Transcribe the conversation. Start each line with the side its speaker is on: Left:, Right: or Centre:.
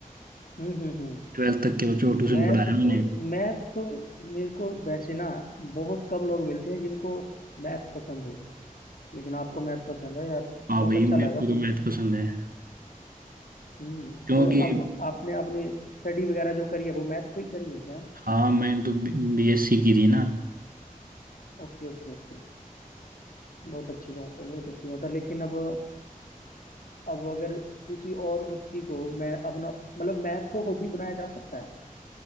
Left: हम्म हम्म हम्म
Right: ट्वेल्थ तक के बच्चों को ट्यूशन
Left: मैथ
Right: पढ़ाया है मैंने
Left: तो मैथ तो मेरे को वैसे ना बहुत कम लोग मिलते हैं जिनको मैथ पसंद हो लेकिन आपको मैथ पसंद है यार
Right: हाँ
Left: बहुत
Right: भाई
Left: अच्छा
Right: मेरे
Left: लगा
Right: को तो
Left: सुन
Right: मैथ
Left: के
Right: पसंद है
Left: हम्म
Right: क्योंकि
Left: तो अब आपने अपनी स्टडी वगैरह जो करी है वो मैथ पे ही करी है क्या
Right: हाँ मैंने तो बीएससी की थी ना
Left: Okay okay okay बहुत अच्छी बात है बहुत अच्छी बात है लेकिन अब अब अगर किसी और व्यक्ति को मैं अपना मतलब मैथ को हॉबी बनाया जा सकता है